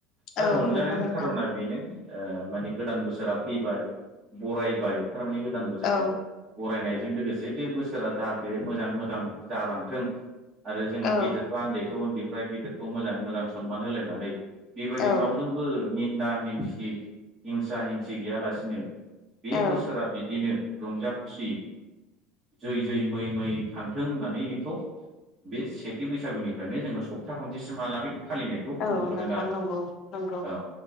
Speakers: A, on the right; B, on the left.
A: दा
B: औ
A: रंजानायनि
B: नंगौ नोंथां
A: खारना बेनो ओ माने गोदान बोसोरा फैबाय बरायबाय थारमाने गोदान बोसोरखौ
B: औ
A: बरायनायजों लोगोसे बे बोसोरा जाहाथे मोजां मोजां जालांथों आरो जोङो
B: औ
A: गेदेरफ्रा उन्दैखौ उन्दैफ्रा गेदेरखौ मोजाङै मोजां सनमान होलायनानै बेबायदिनो
B: औ
A: राव जोंबो निन्दा निन्स हिंसा हिंसि गैयालासिनो बे
B: औ
A: बोसोरा बिदिनो रंजा खुसि जै जै मै मैयै थांथों होननानै बेखौ बे सेथि बैसो बैसागुनिफ्रायनो जोङो सप्ता खनसेसिमहालागै फालिनायखौ
B: औ
A: नुबोदों
B: नोंथां
A: आरो
B: नंगौ नंगौ
A: औ